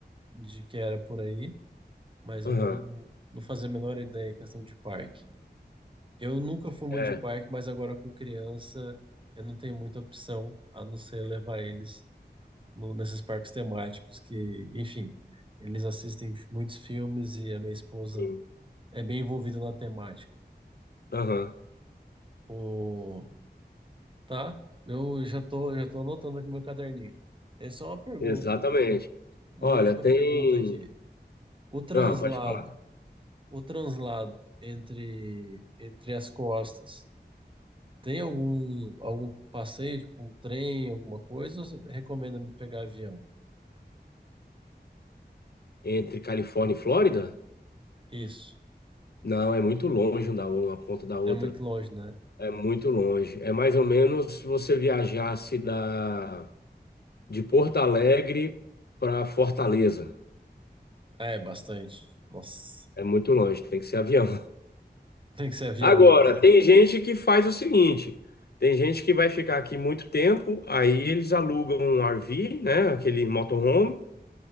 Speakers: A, on the right (about 30°); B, on the left (about 65°).
A: de que era por aí. mas
B: aham,
A: eu não, não fazia a menor ideia em questão de parque. Eu nunca fui muito
B: é,
A: de parque, mas agora com criança eu não tenho muita opção a não ser levar eles no- nesses parques temáticos que, enfim, eles assistem muitos filmes e a minha esposa
B: sim,
A: é bem envolvida na temática.
B: aham,
A: O... Tá? Eu já tô, já tô anotando aqui no meu caderninho. É só uma pergunta,
B: exatamente.
A: uma
B: Olha,
A: última
B: tem.
A: pergunta aqui. O translado,
B: Ah, pode falar.
A: o translado entre, entre as costas Tem algum, algum passeio, tipo um trem, alguma coisa? Ou você recomenda me pegar avião?
B: Entre Califórnia e Flórida?
A: Isso.
B: Não, é muito longe um da uma ponta da outra.
A: É muito longe, né?
B: É muito longe. É mais ou menos se você viajasse da de Porto Alegre para Fortaleza.
A: É, bastante. Nossa.
B: É muito longe, tem que ser avião.
A: <laughs> Tem que ser avião
B: Agora,
A: mesmo.
B: tem gente que faz o seguinte: tem gente que vai ficar aqui muito tempo, aí eles alugam um RV, né? Aquele motorhome,